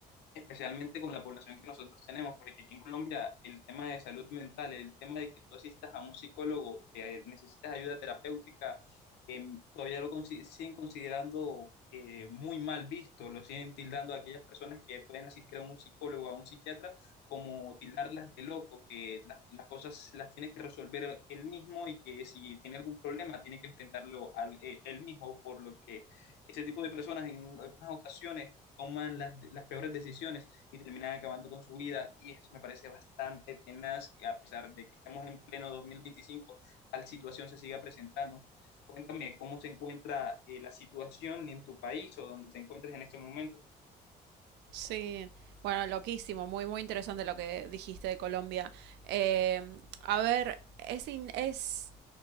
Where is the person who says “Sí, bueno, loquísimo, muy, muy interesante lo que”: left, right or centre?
Right